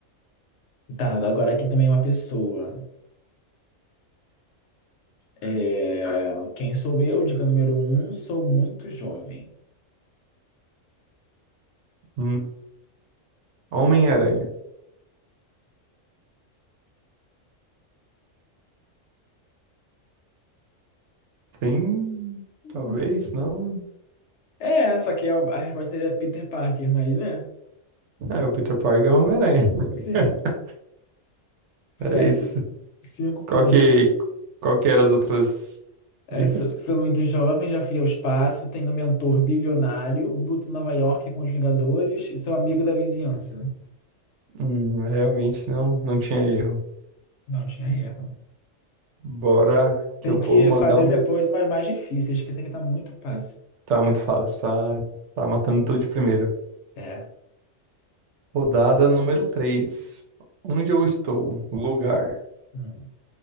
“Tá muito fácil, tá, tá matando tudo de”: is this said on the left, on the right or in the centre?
Right